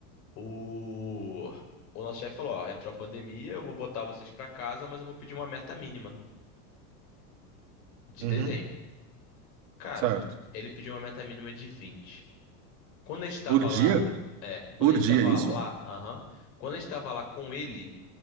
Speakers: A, on the left (about 80°); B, on the right (about 50°).
A: O, o nosso chefe falou: Ó, entrou a pandemia, eu vou botar vocês pra casa, mas eu vou pedir uma meta mínima de
B: uhum.
A: desenho. Cara,
B: Certo.
A: ele pediu uma meta mínima de 20. Quando a gente tava
B: Por dia?
A: lá, é, quando
B: Por
A: a gente
B: dia,
A: tava
B: isso?
A: lá, aham, quando a gente tava lá com ele,